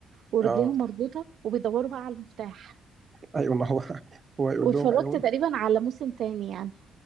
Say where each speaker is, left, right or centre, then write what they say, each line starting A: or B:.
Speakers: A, on the right; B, on the right.
A: ورجليهم
B: اه
A: مربوطه وبيدوروا بقى على المفتاح
B: <laughs> ايوه ما هو <laughs> هو يقول
A: واتفرجت
B: لهم ايوه
A: تقريبا على موسم تاني يعني